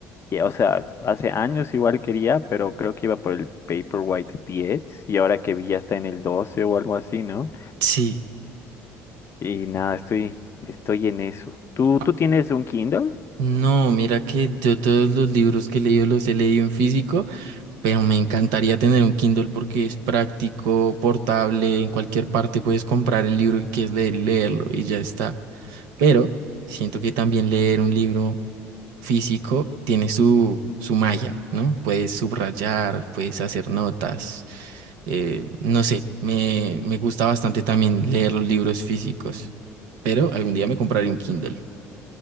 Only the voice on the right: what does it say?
Sí.
Ah,
No, mira que yo todos los libros que he leído los he leído en físico Pero me encantaría tener un Kindle porque es práctico, portable, en cualquier parte puedes comprar el libro que quieres leer, leerlo y ya está. Pero siento que también leer un libro físico tiene su, su magia, ¿no? Puedes subrayar, puedes hacer notas. eh, no sé, me, me gusta bastante también leer los libros físicos, pero algún día me compraré un Kindle.